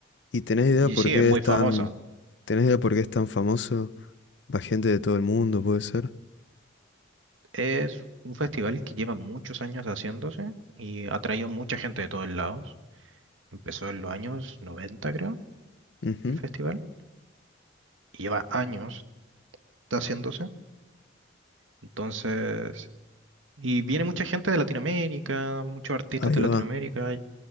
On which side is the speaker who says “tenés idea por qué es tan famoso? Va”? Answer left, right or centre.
Left